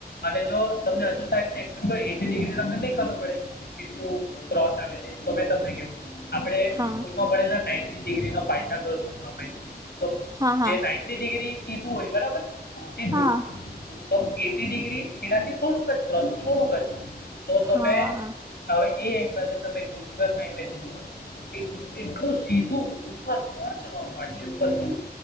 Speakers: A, on the left; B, on the right.
A: અને જો તમને હજુ સારી તેક્પે ડિગ્રી તમને નહી ખબર પડે કેટલું ક્રોસ આવે તે તો મેં તમને કેવ આપડણે
B: હા
A: સ્કૂલમાં ભણેલા નાઇ ટી ડિગ્રી ન પાયથાગોરષ નો પ્રમેય તો
B: હા હા
A: જે નાઇન્ટી ડિગ્રી સીધું હોય બરાબર સીધુ
B: હા
A: તો એટી ડિગ્રી એનાથી થોડુંક જ ક્રોસ થોડુંક જ તો તમે
B: હા
A: હવે એ એંગલ ને તમે ડુંગરમાં ઈમેજીન કરો કે એટલું સીધું ડુંગર કોણ ચડવાનું આટલી ઉપરથી